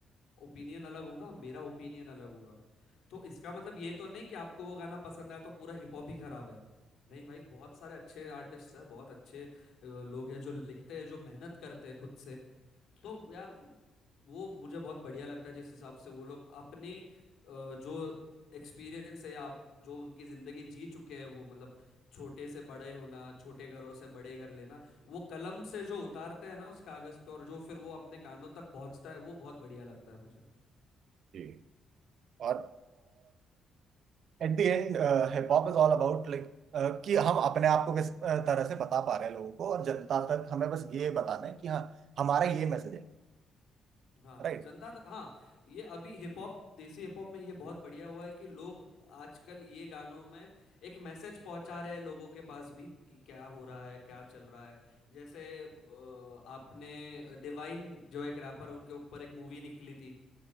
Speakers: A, on the left; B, on the right.
A: ओपिनियन अलग होगा मेरा ओपिनियन अलग होगा तो इसका मतलब ये तो नहीं कि आपको वो गाना पसंद आया तो पूरा हिप हॉप ही खराब है नहीं भाई बहुत सारे अच्छे आर्टिस्ट हैं बहुत अच्छे अ, लोग हैं जो लिखते हैं जो मेहनत करते हैं खुद से तो यार वो मुझे बहुत बढ़िया लगता है जिस हिसाब से वो लोग अपने अ, जो एक्सपीरियंस है या आप जो उनकी जिंदगी जी चुके हैं वो मतलब छोटे से बड़े होना छोटे घरों से बड़े घर लेना वो कलम से जो उतारते हैं ना उस कागज पे और जो फिर वो अपने कानों तक पहुंचता है वो बहुत बढ़िया लगता है मुझे
B: जी और at the end hip hop is all about like कि हम अपने आप को किस uh, तरह से बता पा रहे हैं लोगों को और जनता तक हमें बस ये बताना है कि हाँ हमारा ये मैसेज है
A: हाँ
B: राइट
A: जनता तक हाँ ये अभी hip hop desi hip hop में ये बहुत बढ़िया हुआ है कि लोग आजकल ये गानों में एक मैसेज पहुंचा रहे हैं लोगों के पास भी कि क्या हो रहा है क्या चल रहा है जैसे अ, आपने डिवाइन जो एक रैपर उनके ऊपर एक मूवी निकली थी